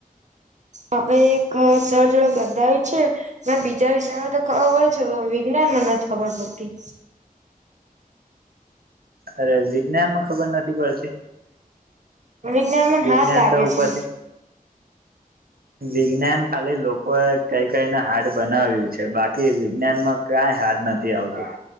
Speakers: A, on the right; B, on the right.
A: હવે એક સર જોડે બંધાવી છે મેને બીજા વિષયમાં તો ખબર છે વિજ્ઞાનમાં નથી ખબર પડતી
B: અરે વિજ્ઞાન માં ખબર નથી પડતી
A: વિજ્ઞાન મને
B: વિજ્ઞાન
A: હાર્ડ લાગે
B: તો ઉપરથી
A: છે
B: વિજ્ઞાન ખાલી લોક લોકો કઈ કઈને હાર્ડ બનાવ્યું છે બાકી વિજ્ઞાનમાં કાંઈ હાર્ડ નથી આવતું